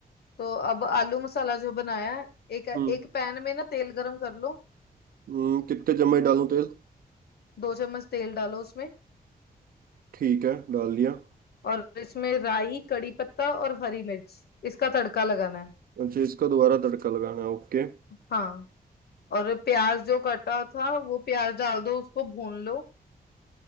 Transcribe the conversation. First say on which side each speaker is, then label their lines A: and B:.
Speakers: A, on the left; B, on the right.
A: तो अब आलू मसाला जो बनाया है एक एक
B: हम्म
A: पैन में ना तेल गरम कर लो
B: हम्म, कितने चम्मच डालूं तेल
A: दो चम्मच तेल डालो उसमें
B: ठीक है डाल लिया
A: और इसमें राई कड़ी पत्ता और हरी मिर्च इसका तड़का लगाना है
B: अच्छा इसका दोबारा तड़का लगाना है ओके
A: हाँ और प्याज जो कटा था वो प्याज डाल दो उसको भून लो